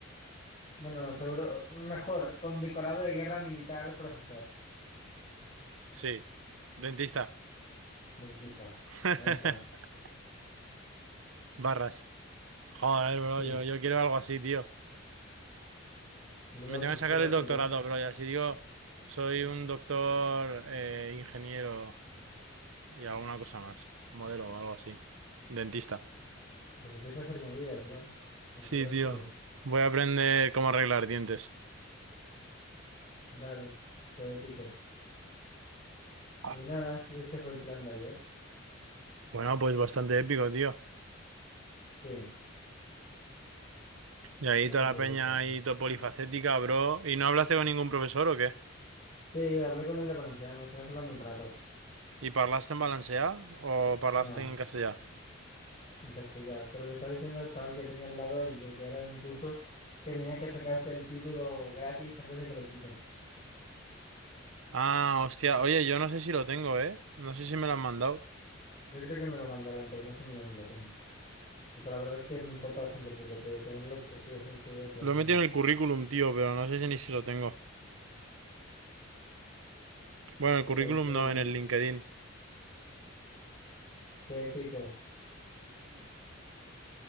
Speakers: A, on the left; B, on the right.
A: Bueno, seguro, mejor, condecorado de guerra militar, profesor,
B: Sí. Dentista.
A: dentista.
B: <laughs>
A: Ahí está.
B: Barras. Joder, bro,
A: Sí,
B: yo, yo quiero algo así, tío.
A: bro,
B: Me tengo
A: pues
B: que sacar
A: cúrratelo.
B: el doctorado, bro, y así digo, soy un doctor, eh, ingeniero y alguna cosa más. Modelo o algo así. Dentista.
A: Pues empieza a hacer movidas, bro. A
B: Sí,
A: currártelo.
B: tío. Voy a aprender cómo arreglar dientes.
A: Dale, todo épico.
B: Ah,
A: Y nada, y ese fue el plan de ayer.
B: Bueno, pues bastante épico, tío.
A: Sí,
B: Y ahí
A: no
B: toda
A: me
B: la
A: puedo
B: peña
A: quejar.
B: ahí todo polifacética, bro. ¿Y no hablaste con ningún profesor o qué?
A: Sí, hablé con el de Valenciano, estuvimos hablando un rato.
B: ¿Y parlaste en valencià o parlaste
A: No.
B: en castellano?
A: en castellano. Pero le estaba diciendo al chaval que tenía al lado, el de que era de mi curso, que tenía que sacarse el título gratis antes de que lo quiten.
B: Ah, hostia. Oye, yo no sé si lo tengo, ¿eh? No sé si me lo han mandado.
A: Yo creo que me lo mandaron, pero no sé ni dónde lo tengo. Y pues la verdad es que me importa bastante poco, pero tenerlo estoy bastante seguro de que lo
B: Lo
A: tengo.
B: he metido en el currículum, tío, pero no sé si ni si lo tengo. Bueno,
A: Yo
B: el currículum
A: tal vez lo
B: no,
A: debería.
B: en el LinkedIn.
A: Qué épico.